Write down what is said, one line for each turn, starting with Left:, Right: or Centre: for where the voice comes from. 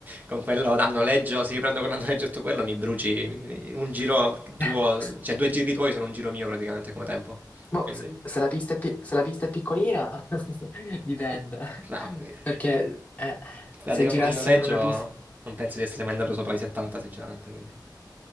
Right: con quello a noleggio, se io prendo con a noleggio tutto quello, mi bruci mi- un giro
Left: <laughs>
Right: tuo, cioè due giri tuoi sono un giro mio praticamente come tempo.
Left: Boh,
Right: Quindi...
Left: se, se la pista è pi- se la pista è piccolina, <laughs> dipende.
Right: <laughs> No, eh.
Left: Perché eh,
Right: Guarda,
Left: se
Right: con
Left: girassimo
Right: quel noleggio
Left: in una pista...
Right: non penso di essere mai andato sopra i 70, sinceramente, quindi.